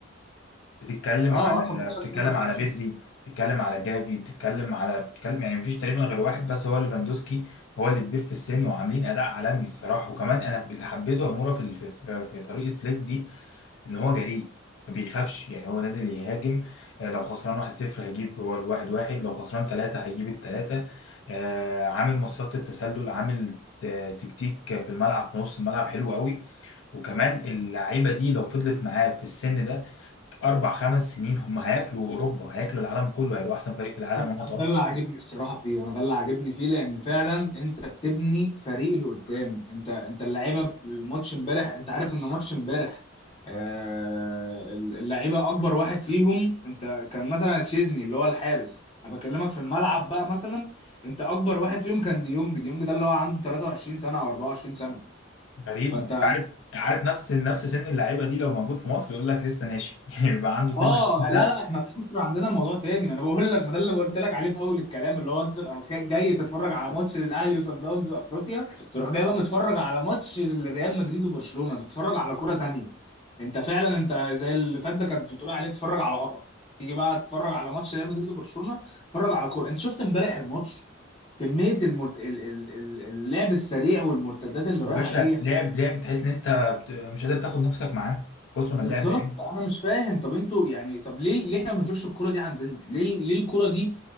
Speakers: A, on the left; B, on the left.
A: بتتكلم
B: اه
A: على
B: اه 17
A: بتتكلم
B: سنه 17
A: على بدري بتتكلم على جافي بتتكلم على بتتكلم يعني مفيش تقريبا غير واحد بس هو ليفاندوسكي هو اللي كبير في السن وعاملين اداء عالمي الصراحه وكمان انا اللي حبيته اموره في الف- في في في طريقه فليك دي ان هو جريء ما بيخافش يعني هو نازل يهاجم آه، لو خسران 1-0 هيجيب هو الواحد واحد لو خسران ثلاثة هيجيب الثلاثة آه، عامل مصيدة التسلل عامل ت- تكتيك في الملعب في نص الملعب حلو قوي وكمان اللعيبة دي لو فضلت معاه في السن ده أربع خمس سنين هم هياكلوا أوروبا هياكلوا العالم كله هيبقوا أحسن فريق في العالم
B: انا
A: وأنا أتوقع
B: أنا ده اللي عاجبني الصراحه فيه انا ده اللي عاجبني فيه لان فعلا انت بتبني فريق اللي قدام انت انت اللعيبه في الماتش امبارح انت عارف ان ماتش امبارح آه، اللعيبه اكبر واحد فيهم انت كان مثلا تشيزني اللي هو الحارس انا بكلمك في الملعب بقى مثلا انت اكبر واحد فيهم كان ديونج ديونج ده اللي هو عنده 23 سنه او 24 سنه
A: غريبة
B: فانت
A: أنت
B: انت
A: عارف عارف نفس نفس سن اللعيبة دي لو موجود في مصر يقول لك لسه ناشئ <laughs> يعني بيبقى عنده 22
B: اه لا لا احنا في مصر عندنا الموضوع تاني ما انا بقول لك ما ده اللي قلت لك عليه في اول الكلام اللي هو انت تبقى مخ- جاي تتفرج على ماتش للاهلي وصن داونز وافريقيا تروح جاي بقى متفرج على ماتش لريال مدريد وبرشلونه تتفرج على كوره تانية انت فعلا انت زي اللي فات ده كانت بتقول عليه تتفرج على قرف تيجي بقى تتفرج على ماتش ريال مدريد وبرشلونه تتفرج على كوره انت شفت امبارح الماتش كميه المرت... ال- ال- ال- اللعب السريع والمرتدات اللي رايحه
A: يا باشا
B: جايه
A: لعب لعب تحس ان انت بت- مش قادر تاخد نفسك معاه من كتر ما
B: بالظبط
A: اللعب حلو
B: انا مش فاهم طب انتوا يعني طب ليه ليه احنا ما بنشوفش الكرة دي عندنا ليه ليه الكرة دي